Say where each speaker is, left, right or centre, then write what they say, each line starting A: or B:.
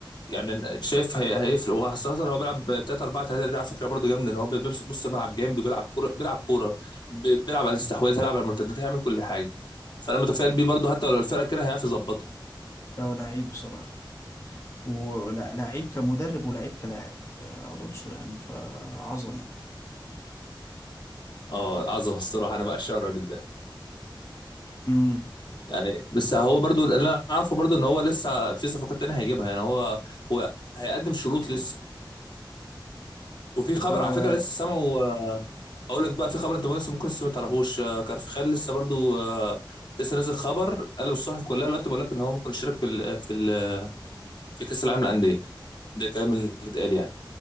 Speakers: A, on the left; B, on the left.
A: يعني أنا شايف هي... هيفرق وخاصة هو بيلعب 3 4 3 دي على فكرة برضه جامدة ان هو بيمسك نص الملعب جامد وبيلعب كورة بيلعب كورة ب... بيلعب على الاستحواذ هيلعب على المرتدات هيعمل كل حاجة فأنا متفائل بيه برضه حتى لو الفرقة كده هيعرف يظبطها
B: ده هو لعيب بصراحة ولا لعيب كمدرب ولعيب كلاعب آه، الونسو يعني فعظمة
A: اه عظمة الصراحة انا بعشق الراجل ده
B: امم
A: يعني بس هو برضه اللي انا عارفه برضه ان هو لسه في صفقات تانية هيجيبها يعني هو هو هيقدم شروط لسه وفي خبر
B: آه
A: على فكرة لسه سامعه آه، اقول لك بقى في خبر انت لسه ممكن لسه ما تعرفوش آه، كارفخال لسه برضو آه، لسه نازل خبر قلب الصحف كلها دلوقتي بيقول لك ان هو ممكن يشارك في ال آه، في ال آه، في كاس العالم للانديه ده الكلام اللي اتقال يعني